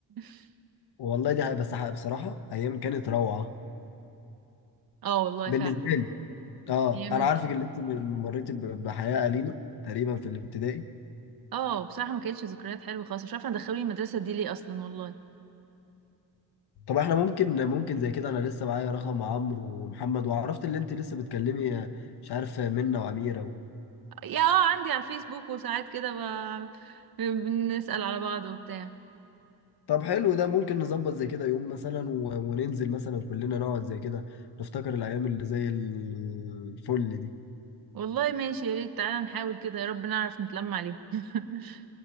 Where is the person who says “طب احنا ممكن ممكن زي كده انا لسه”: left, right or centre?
Left